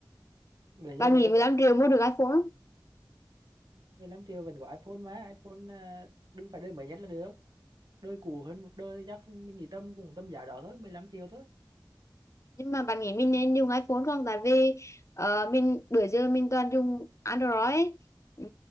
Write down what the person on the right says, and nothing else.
bây giờ
bạn
15 triệu vẫn có iPhone mà iPhone ờ, đừng phải đời mới nhất là được đời cũ hơn một đời thì chắc mình nghĩ tầm cùng tầm giá đó thôi 15 triệu thôi